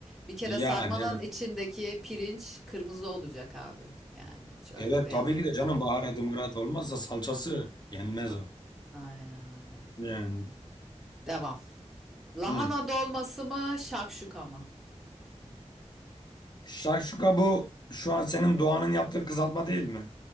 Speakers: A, in the centre; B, on the left (about 35°).
A: Bir kere
B: Yani
A: sarmanın
B: evet.
A: içindeki pirinç kırmızı olacak abi. Yani hiç öyle
B: Evet
A: beyaz
B: tabii
A: ol-
B: ki de canım
A: olmaz.
B: baharatı murat olmazsa salçası yenmez
A: Tabii.
B: o.
A: Aynen öyle.
B: Yani.
A: Devam. Lahana
B: Hı.
A: dolması mı, şakşuka mı?
B: Şakşuka bu şu an senin Doğan'ın yaptığı kızartma değil mi?